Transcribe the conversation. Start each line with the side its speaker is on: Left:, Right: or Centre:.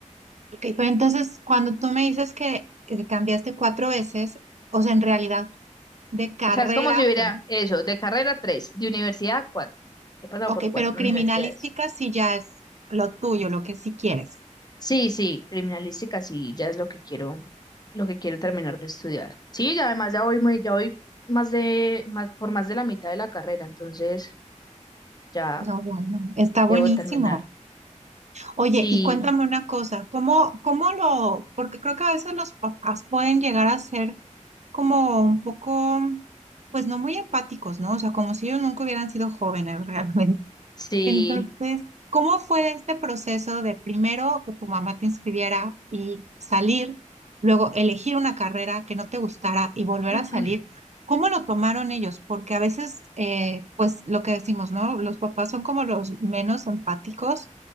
Right: Ok, pero entonces cuando tú me dices que eh, cambiaste cuatro veces, o sea, en realidad de carrera,
Left: O sea, es como si hubiera
Right: cam-
Left: eso, de carrera tres, de universidad cuatro. He pasado
Right: ok,
Left: por cuatro
Right: pero criminalística
Left: universidades.
Right: sí ya es lo tuyo, lo que sí quieres.
Left: Sí, sí, criminalística sí, ya es lo que quiero, lo que quiero terminar de estudiar. Sí, ya además ya voy muy, ya voy más de, más, por más de la mitad de la carrera, entonces ya
Right: No, bueno, está buenísimo.
Left: debo terminar.
Right: Oye,
Left: Sí,
Right: y cuéntame una cosa, ¿cómo, cómo lo, porque creo que a veces los papás pueden llegar a ser como un poco, pues no muy empáticos, ¿no? O sea, como si ellos nunca hubieran sido jóvenes <laughs> realmente.
Left: sí,
Right: Entonces, ¿cómo fue este proceso de primero que tu mamá te inscribiera y salir, luego elegir una carrera que no te gustara y volver
Left: <clears throat>
Right: a salir? ¿Cómo lo tomaron ellos? Porque a veces, eh, pues lo que decimos, ¿no? Los papás son como los menos empáticos